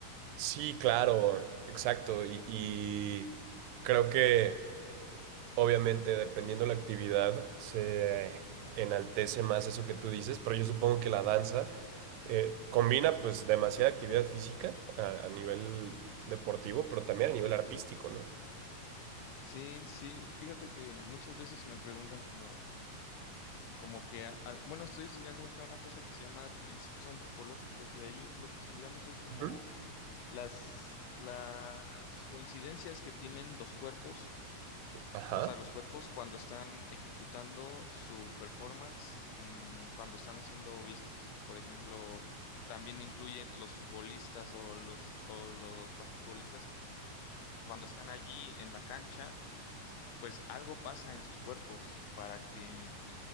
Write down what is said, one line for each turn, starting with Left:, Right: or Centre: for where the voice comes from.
Right: Sí, claro, exacto. Y, y creo que... Obviamente, dependiendo la actividad, se enaltece más eso que tú dices, pero yo supongo que la danza eh, combina pues demasiada actividad física a, a nivel deportivo, pero también a nivel artístico, ¿no?
Left: Sí, sí, fíjate que muchas veces me preguntan como como que, a- al- bueno, estoy estudiando ahorita una cosa que se llama principios antropológicos y ahí lo que estudiamos es como
Right: Ujú.
Left: las, las coincidencias que tienen los cuerpos,
Right: Ajá.
Left: o sea, los cuerpos cuando están ejecutando su performance, mm, cuando están siendo vistos. Por ejemplo, también incluye los futbolistas o los, o los basquetbolistas cuando están allí en la cancha pues algo pasa en sus cuerpos para que,